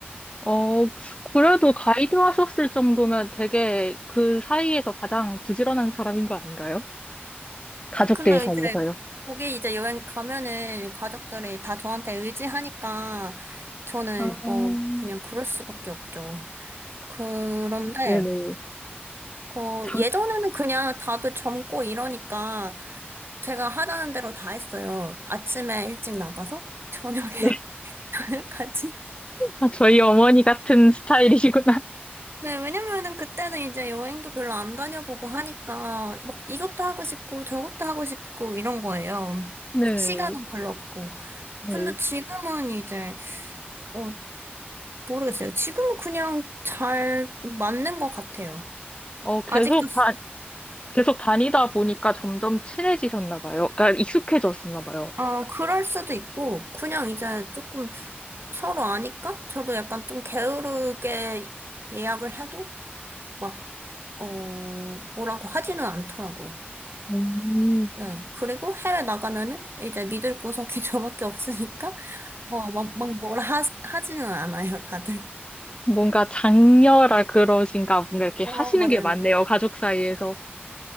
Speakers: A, on the left; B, on the right.
A: 어, 그래도 가이드 하셨을 정도면 되게 그 사이에서 가장 부지런한 사람인 거 아닌가요? 가족들
B: 근데
A: 사이에서요.
B: 이제 거기 이제 여행 가면은 가족들이 다 저한테 의지하니까 저는
A: 아, 야,
B: 어 그냥 그럴 수밖에 없죠. 그런데
A: 네네.
B: 어
A: 장,
B: 예전에는 그냥 다들 젊고 이러니까 제가 하자는 대로 다 했어요. 아침에 일찍 나가서 저녁에
A: 네.
B: <laughs> 저녁까지.
A: 아, 저희 어머니 같은 스타일이시구나.
B: 네, 왜냐면은 그때는 이제 여행도 별로 안 다녀보고 하니까 막 이것도 하고 싶고 저것도 하고 싶고 이런 거예요.
A: 네.
B: 시간은 별로 없고.
A: 네.
B: 근데 지금은 이제, 어, 모르겠어요. 지금은 그냥 잘 맞는 것 같아요.
A: 어, 계속
B: 아직도,
A: 다, 계속 다니다 보니까 점점 친해지셨나 봐요. 그러니까 익숙해졌나 봐요.
B: 어, 그럴 수도 있고, 그냥 이제 조금 서로 아니까? 저도 약간 좀 게으르게 예약을 해도 막, 어, 뭐라고 하지는 않더라고요.
A: 음.
B: 네. 그리고 해외 나가면은 이제 믿을 구석이 <laughs> 저밖에 없으니까, 어, 막, 막 뭐라 하, 하지는 않아요, 다들.
A: 뭔가 장녀라 그러신가, 뭔가 이렇게
B: 어,
A: 하시는
B: 맞아요.
A: 게 많네요, 가족 사이에서.